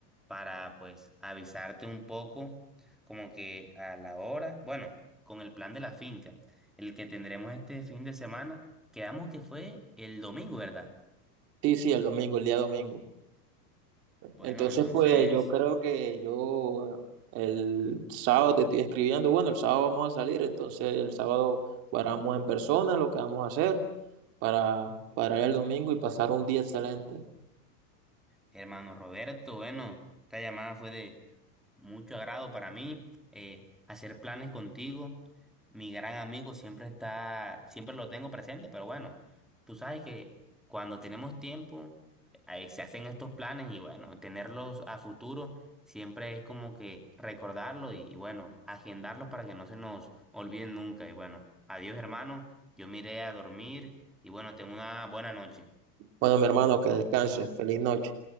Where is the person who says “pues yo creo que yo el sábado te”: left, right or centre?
Right